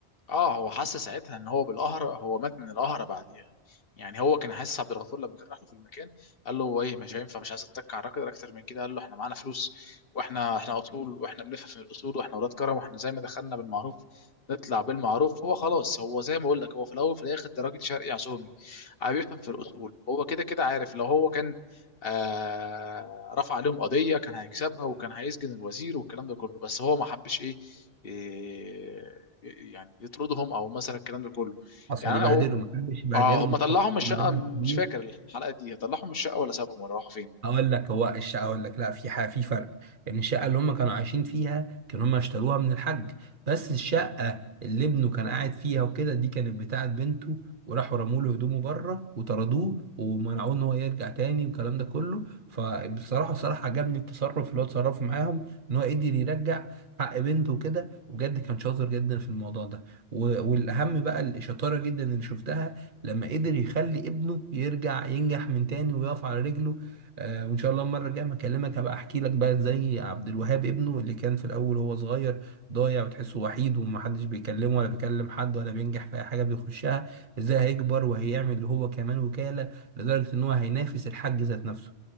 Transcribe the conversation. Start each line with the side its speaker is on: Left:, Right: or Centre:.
Left: اه هو حس ساعتها ان هو بالقهرة هو مات من القهرة بعديها يعني هو كان حاسس عبد الغفور لما كان راح له في المكان قال له هو ايه مش هينفع مش عايز اتك على الراجل اكتر من كده قال له احنا معانا فلوس واحنا احنا اصول واحنا بنفهم في الاصول واحنا ولاد كرم واحنا زي ما دخلنا بالمعروف نطلع بالمعروف هو خلاص هو زي ما اقول لك هو في الاول وفي الاخر ده راجل شرقي عزومي عم بيفهم في الاصول هو كده كده عارف لو هو كان آه، رفع عليهم قضية كان هيكسبها وكان هيسجن الوزير والكلام ده كله بس هو ما حبش ايه إيه، يعني يطردهم او مثلا الكلام ده كله
Right: حصل
Left: يعني انا
Right: يبهدله
Left: هو
Right: ما حدش يبهدله
Left: اه هم
Right: محافظ
Left: طلعهم من الشقة
Right: ان الراجل
Left: مش
Right: كبير
Left: فاكر الحلقة دي طلعهم من الشقة ولا سابهم ولا راحوا فين
Right: هقول لك هو الشقه هقول لك لا في حاجه في فرق يعني الشقه اللي هم كانوا عايشين فيها كانوا هم اشتروها من الحاج بس الشقه اللي ابنه كان قاعد فيها وكده دي كانت بتاعه بنته وراحوا رموا له هدومه بره وطردوه ومنعوه ان هو يرجع تاني والكلام ده كله فبصراحه بصراحه عجبني التصرف اللي هو اتصرفه معاهم ان هو قدر يرجع حق بنته كده وبجد كان شاطر جدا في الموضوع ده و- والاهم بقى الشطاره جدا اللي شفتها لما قدر يخلي ابنه يرجع ينجح من تاني ويقف على رجله آه، وان شاء الله المره الجايه ما اكلمك هبقى احكي لك بقى زي عبد الوهاب ابنه اللي كان في الاول هو صغير ضايع وتحسه وحيد ومحدش بيكلمه ولا بيكلم حد ولا بينجح في اي حاجه بيخشها ازاي هيكبر وهيعمل اللي هو كمان وكاله لدرجه ان هو هينافس الحاج ذات نفسه